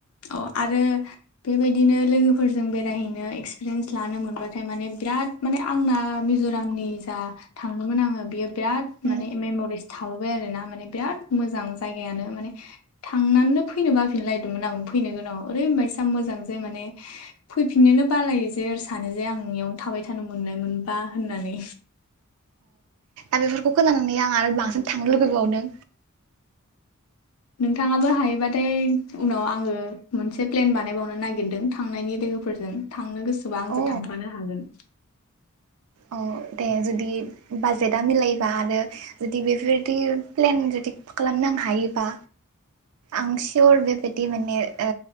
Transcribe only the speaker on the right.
उम
आरो बेफोरखौ खोनानानै आं आरो बांसिन थांनो लुुगैबावदों।
अ
औ दे जुदि बाजेटआ मिलायोबा आरो जुदि बेफोरबायदि प्लेन जुदि खालामनां हायोबा आं सियर बेबायदि माने ओ